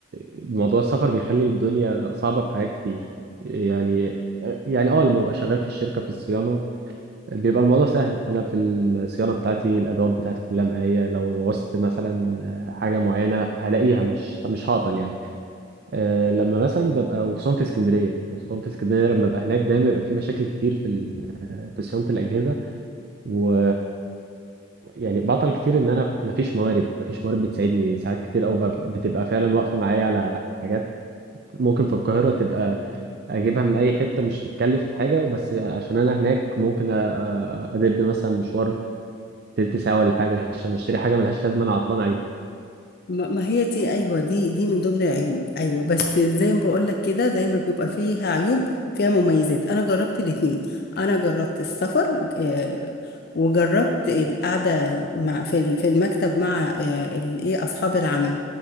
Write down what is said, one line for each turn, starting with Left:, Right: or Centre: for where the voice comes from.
Right: موضوع السفر بيخلي الدنيا صعبه في حاجات كتير يعني يعني اه لما ببقى شغال في الشركه في الصيانه بيبقى الموضوع سهل انا في الصيانه بتاعتي الادوات بتاعتي كلها معايا لو وصت مثلا حاجه معينه هلاقيها مش مش هعطل يعني آه، لما مثلا ببقى وخصوصا في اسكندريه وخصوصا في اسكندريه لما ببقى هناك دايما بيبقى في مشاكل كتير في ال- في صيانه الاجهزه و... يعني بعطل كتير ان انا مفيش موارد مفيش موارد بتساعدني ساعات كتير قوي بتبقى فعلا واقفه معايا على حاجات ممكن في القاهره تبقى اجيبها من اي حته مش هتكلف حاجه بس عشان انا هناك ممكن أ- أ- ادب مثلا مشوار تلت ساعه ولا حاجه عشان اشتري حاجه ملهاش لازمه انا عطلان عليها
Left: ما ما هي دي ايوه دي دي من ضمن العيوب ايوه بس زي ما بقول لك كده زي ما بيبقى فيها عيوب فيها مميزات انا جربت الاتنين انا جربت السفر آه، وجربت القعده مع في ال- في المكتب مع آه، ال- ايه اصحاب العمل